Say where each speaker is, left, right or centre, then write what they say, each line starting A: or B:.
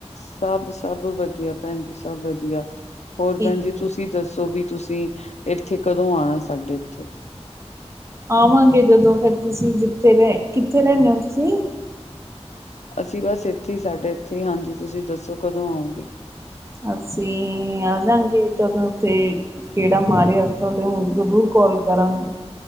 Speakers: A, on the left; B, on the right.
A: ਸਭ ਸਭ ਵਧੀਆ ਭੈਣ ਜੀ ਸਭ ਵਧੀਆ, ਹੋਰ
B: ਠੀਕ
A: ਭੈਣ ਜੀ, ਤੁਸੀਂ ਦੱਸੋ ਵੀ ਤੁਸੀਂ ਇੱਥੇ ਕਦੋਂ ਆਉਣਾ ਸਾਡੇ ਇੱਥੇ?
B: ਆਵਾਂਗੇ ਜਦੋਂ ਫੇਰ, ਤੁਸੀਂ ਜਿੱਥੇ ਰ ਕਿੱਥੇ ਰਹਿੰਦੇ ਹੋ ਤੁਸੀਂ?
A: ਅਸੀਂ ਬਸ ਇੱਥੇ ਹੀ ਸਾਡੇ ਇੱਥੇ ਹੀ ਹਾਂਜੀ, ਤੁਸੀਂ ਦੱਸੋ ਕਦੋਂ ਆਓਂਗੇ।
B: ਅਸੀਂ ਆ ਜਾਂਗੇ ਜਦੋਂ ਉੱਥੇ, ਕਿਹੜਾ ਮਾਰਿਆ ਤੁਹਾਡੇ ਜ਼ਰੂਰ ਕਾਲ ਕਰਾਂਗੇ।